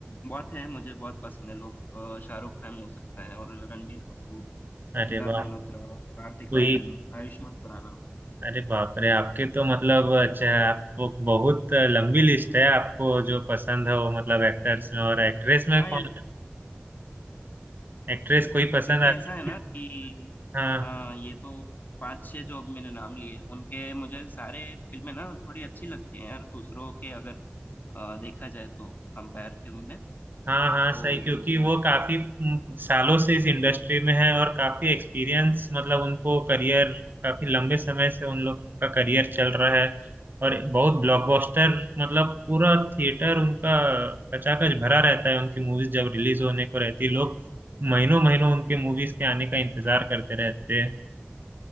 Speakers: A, on the left (about 50°); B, on the right (about 55°).
A: बहुत है मुझे बहुत पसंद है लोग अ, शाहरुख खान हो सकता है और रणबीर कपूर
B: अरे
A: सिद्धार्थ
B: वाह
A: मल्होत्रा कार्तिक
B: कोई
A: आर्यन आयुष्मान खुराना
B: अरे बाप रे आपके तो मतलब अच्छा आपको बहुत लंबी लिस्ट है आपको जो पसंद है वो मतलब एक्टर्स में और एक्ट्रेस में
A: हाँ
B: कौन
A: यार
B: एक्ट्रेस कोई पसंद
A: क्योंकि
B: आती
A: ऐसा है ना
B: है
A: कि
B: हाँ
A: हाँ ये तो पांच छह जो अभी मैंने नाम लिए उनके मुझे सारे फिल्में ना थोड़ी अच्छी लगती हैं यार दूसरों के अगर अ, देखा जाए तो कंपैरेटिव में
B: हाँ हाँ
A: तो
B: सही क्योंकि वो काफी म, सालों से इस इंडस्ट्री में है और काफी एक्सपीरियंस मतलब उनको करियर काफी लंबे समय से उन लोग का करियर चल रहा है और बहुत ब्लॉकबस्टर मतलब पूरा थिएटर उनका कचाकच भरा रहता है उनकी मूवीज जब रिलीज होने को रहती है लोग महीनों महीनों उनके मूवीज के आने का इंतजार करते रहते हैं